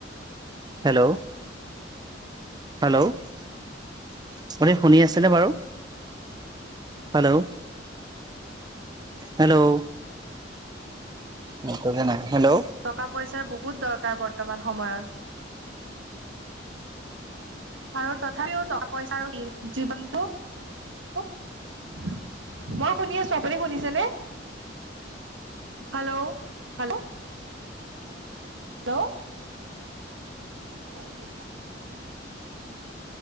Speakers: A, on the right (about 20°); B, on the right (about 80°).
A: হেল্ল'। হেল্ল, ' আপুনি শুনি আছেনে বাৰু? হেল্ল'। হেল্ল'। নেটৱৰ্কে নাই। হেল্ল'
B: টকা পইচাৰ বহুত দৰকাৰ বৰ্তমান সময়ত। আৰু তথাপিও টকা পইচাৰ জীৱনটো <unintelligible> মই শুনি আছো, আপুনি শুনিছেনে? Hello, hello, ' hello. <inaudible>